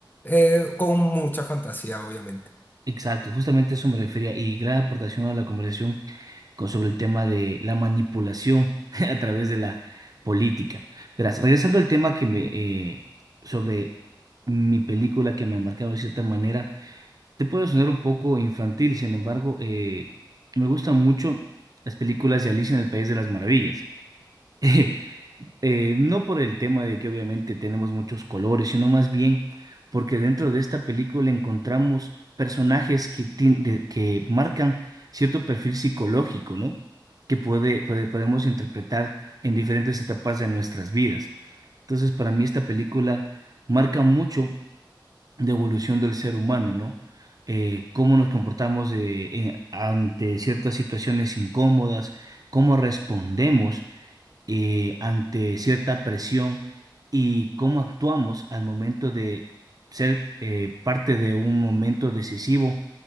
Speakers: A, on the left; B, on the right.
A: Eh, con mucha fantasía, obviamente.
B: Exacto, justamente eso me refería y gran aportación a la conversación con- sobre el tema de la manipulación <laughs> a través de la política. Verás, regresando al tema que me eh, sobre mi película que me ha marcado de cierta manera, te puede sonar un poco infantil, sin embargo, eh, me gustan mucho las películas de Alicia en el País de las Maravillas. <laughs> Eh, no por el tema de que obviamente tenemos muchos colores, sino más bien porque dentro de esta película encontramos personajes que, tien- de- que marcan cierto perfil psicológico, ¿no? Que puede, puede- podemos interpretar en diferentes etapas de nuestras vidas. Entonces, para mí esta película marca mucho de evolución del ser humano, ¿no? Eh, cómo nos comportamos eh, en- ante ciertas situaciones incómodas, cómo respondemos eh, ante cierta presión y cómo actuamos al momento de ser eh, parte de un momento decisivo